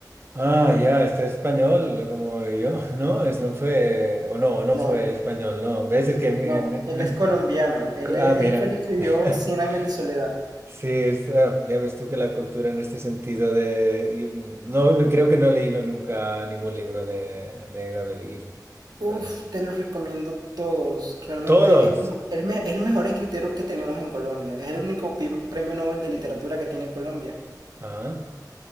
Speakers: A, on the right (about 35°); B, on the right (about 70°).
A: Ah, ya, este es español, como yo, <laughs> ¿no? Es, no fue, o no, no
B: No,
A: fue español, ¿no? ¿Ves? Es que... mi-
B: No, él es colombiano.
A: <laughs>
B: Él,
A: Ah,
B: e-
A: mira.
B: él fue el que escribió
A: <laughs>
B: Cien años de soledad.
A: Sí, es, ah, ya ves tú que la cultura en este sentido de... y, mm, no, no, creo que no he leído nunca ningún libro de, de Gabel Ibn.
B: Uf,
A: Vale.
B: te los recomiendo todos. Realmente
A: ¡Todos!
B: es el mejor, el me- el mejor escritor que tenemos en Colombia. Es el único pi- premio Nobel de literatura que tiene Colombia.
A: Ah,